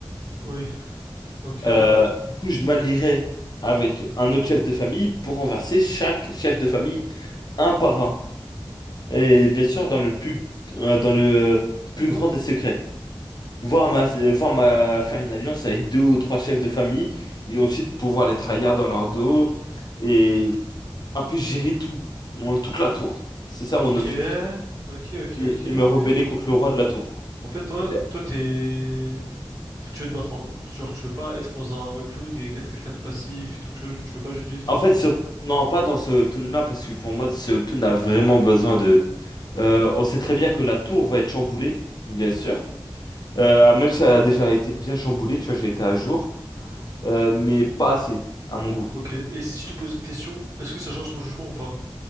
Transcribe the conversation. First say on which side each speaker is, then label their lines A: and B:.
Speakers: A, on the right (about 40°); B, on the left (about 50°).
A: Oui, ok,
B: Euh,
A: ouais.
B: du coup, je m'allierai avec un autre chef de famille pour renverser chaque chef de famille un par un. Et bien sûr, dans le plus, euh, dans le plus grand des secrets. Voir ma, voir ma, faire une alliance avec deux ou trois chefs de famille et ensuite pouvoir les trahir dans leur dos et un peu gérer tout, mon- toute la tour. C'est ça
A: Ok,
B: mon objectif.
A: ok, ok,
B: Et,
A: ok,
B: et me rebeller
A: mais
B: contre le roi de la tour.
A: en fait, toi,
B: C'est-
A: toi, t'es. enfin, tu veux te battre en gros. Genre, tu veux pas être dans un webtoon et être quelqu'un de passif et tout, tu vois, tu veux pas juste vivre tranquillement.
B: En fait, sur... non, pas dans ce Hoptoon là, parce que pour moi, ce Hoptoon a vraiment besoin de Euh, on sait très bien que la tour va être chamboulée, bien sûr. Euh, même si elle a déjà été bien chamboulée, tu vois, j'ai été à jour. Euh, mais pas assez, à mon goût.
A: Ok, et si je te pose une question, est-ce que ça change ton jugement ou pas?